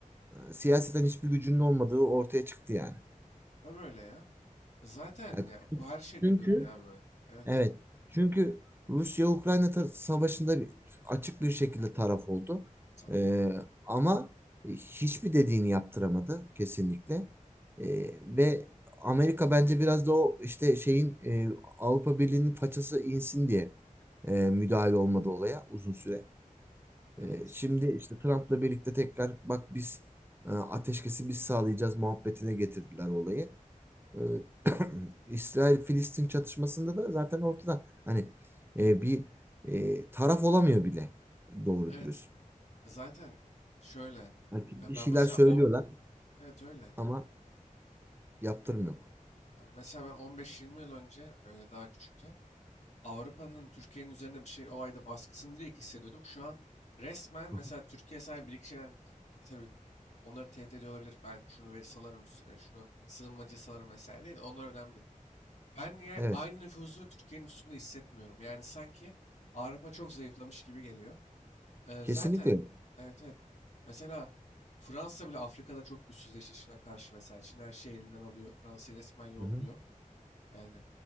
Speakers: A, on the right; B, on the left.
A: e, siyaseten hiçbir gücünün olmadığı ortaya çıktı yani.
B: Tabii öyle ya. Zaten
A: Yani
B: ya bu her şeyde
A: çünkü
B: görünüyor abi. Evet,
A: Evet. Çünkü Rusya-Ukrayna tar- savaşında bir, açık bir şekilde taraf oldu.
B: tabii.
A: Ee, ama hiçbir dediğini yaptıramadı kesinlikle. Ee, ve Amerika bence biraz da o işte şeyin e, Avrupa Birliği'nin façası insin diye e, müdahale olmadı olaya uzun süre.
B: Evet.
A: Ee, şimdi işte Trump'la birlikte tekrar bak biz e, ateşkesi biz sağlayacağız muhabbetine getirdiler olayı e, <clears throat> İsrail-Filistin çatışmasında da zaten ortada hani e, bir e, taraf olamıyor bile doğru
B: Evet.
A: dürüst.
B: Zaten şöyle.
A: Hani
B: e,
A: bir
B: Ben
A: şeyler
B: mesela
A: söylüyorlar
B: 10 Evet öyle.
A: ama yaptırım yok.
B: Mesela ben 15-20 yıl önce böyle daha küçükken Avrupa'nın Türkiye'nin üzerinde bir şey olayda baskısını direkt hissediyordum. Şu an resmen
A: Hı
B: mesela
A: hı.
B: Türkiye sadece bir iki şeyden e, tabii onları tehdit ediyor olabilir. Ben şunu ve salarım üstüne şunu sığınmacı salarım vesaire değil. Onlar önemli değil. Ben yani
A: Evet.
B: aynı nüfuzu Türkiye'nin üstünde hissetmiyorum. Yani sanki Avrupa çok zayıflamış gibi geliyor. Ee,
A: Kesinlikle
B: zaten
A: yok.
B: evet evet. Mesela Fransa bile Afrika'da çok güçsüzleşti Çin'e karşı vesaire. Çin her şeyi elinden alıyor. Fransa'yı resmen yolluyor.
A: Hı hı.
B: Yani